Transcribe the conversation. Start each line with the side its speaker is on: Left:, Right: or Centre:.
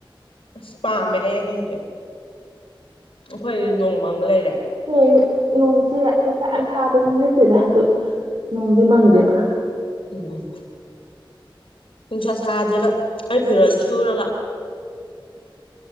Left: ꯑꯁ ꯄꯥꯝꯃꯦ ꯑꯩ ꯑꯗꯣ ꯍꯧꯖꯤꯛ ꯑꯩꯈꯣꯏ ꯅꯣꯡ ꯃꯪꯉ ꯂꯩꯔꯦ
Right: ꯍꯌꯦ ꯅꯣꯡꯁꯦ ꯅꯨꯡꯁꯥ ꯌꯥꯝ ꯁꯥꯕꯗꯤ ꯅꯠꯇꯦꯗ ꯑꯗꯣ ꯅꯣꯡꯗꯤ ꯃꯪꯗꯦꯕ
Left: ꯎꯝ ꯎꯝ ꯅꯨꯡꯁꯥ ꯁꯥꯗꯦꯕ ꯑꯩ ꯐꯤꯔꯣꯜ ꯁꯨꯔꯒ